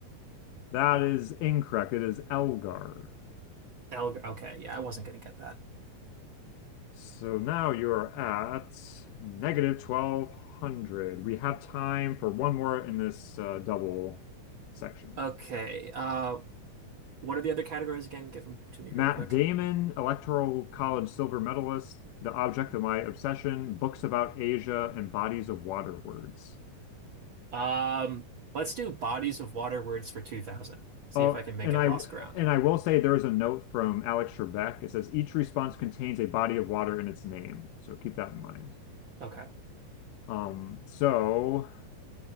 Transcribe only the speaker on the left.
That is incorrect. It is Elgar.
So now you're at negative 1200. We have time for one more in this uh, double section.
Matt
Damon, Electoral College silver medalist, The Object of My Obsession, Books About Asia, and Bodies of Water Words.
Oh,
and
I
and I will say there's a note from Alex Trebek. It says each response contains a body of water in its name, so keep that in mind.
Um, so